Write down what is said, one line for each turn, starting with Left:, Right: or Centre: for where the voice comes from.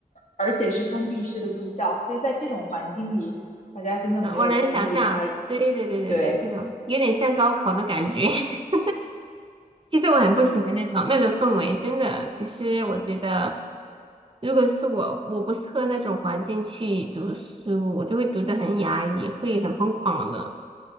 Left: 而且是封闭式的住校，所以在这种环境里，大家真的没有精力才
Right: 呃我能想象，对对对对对，
Left: 对，
Right: 这种有点像高考的感觉。<laughs> 其实我很不喜欢那种那种氛围，真的。其实我觉得，如果是我，我不适合那种环境去读书，我就会读得很压抑，会很疯狂的，